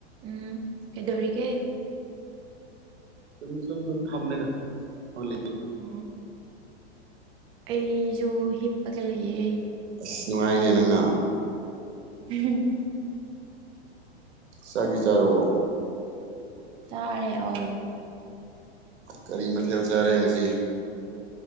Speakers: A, on the right; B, on the right.
A: ꯎꯝ ꯀꯩꯗꯧꯔꯤꯒꯦ
B: ꯆꯨꯝꯃꯤ ꯆꯨꯝ ꯗꯨꯝ ꯊꯝꯃꯦꯗ ꯍꯧꯖꯤꯛ
A: ꯑꯣ ꯑꯩꯖꯨ ꯍꯤꯞꯄꯒ ꯂꯩꯌꯦ
B: ꯑꯁ ꯅꯨꯡꯉꯥꯏꯅꯦ ꯅꯪꯅ
A: ꯎꯝ
B: ꯆꯥꯛꯇꯤ ꯆꯥꯔꯕꯣ
A: ꯆꯥꯔꯦ ꯑꯧ
B: ꯀꯔꯤ ꯃꯊꯦꯜ ꯆꯥꯔꯦ ꯉꯁꯤ